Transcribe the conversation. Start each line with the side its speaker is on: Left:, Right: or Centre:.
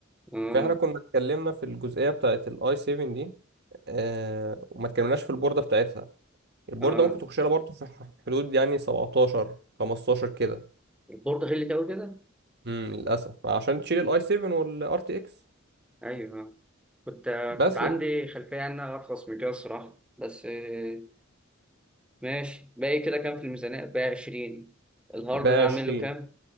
Centre: اه
Right: فاحنا كنا اتكلمنا في الجزئية بتاعت الاي 7 دي آه وما اتكلمناش في البوردة بتاعتها البوردة
Centre: اه
Right: ممكن تخش لها برضه في ح- حدود يعني 17 15 كده
Centre: البورد غلي قوي كده
Right: امم للأسف عشان تشيل الاي 7 والار تي اكس
Centre: ايوه آه. كنت
Right: بس
Centre: كنت عندي
Right: يعني
Centre: خلفيه انها ارخص من كده الصراحه بس آه، ماشي باقي كده كام في الميزانيه باقي 20 الهارد
Right: بقى
Centre: ده اعمل
Right: 20
Centre: له كام